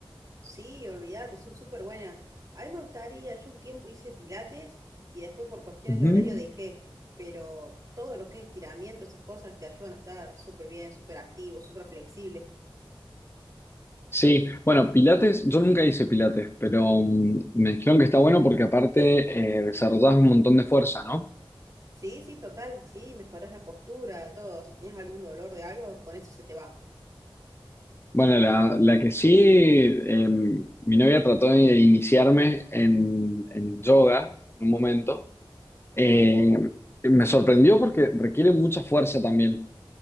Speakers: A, on the right; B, on the left.
A: Sí, olvídate, son súper buenas. A mí me gustaría, yo un tiempo hice pilates y después por cuestiones
B: Ujú.
A: de horario dejé, pero todo lo que es estiramiento, esas cosas te ayudan a estar súper bien, súper activo, súper flexible.
B: Sí, bueno, Pilates, yo nunca hice Pilates, pero mm, me dijeron que está bueno porque aparte eh, desarrollas un montón de fuerza, ¿no?
A: Sí, sí, total. Sí, mejoras la postura, todo. Si tenías algún dolor de algo, con eso se te va.
B: Bueno, la, la que sí, eh, mi novia trató de iniciarme en, en yoga en un momento. Eh, me sorprendió porque requiere mucha fuerza también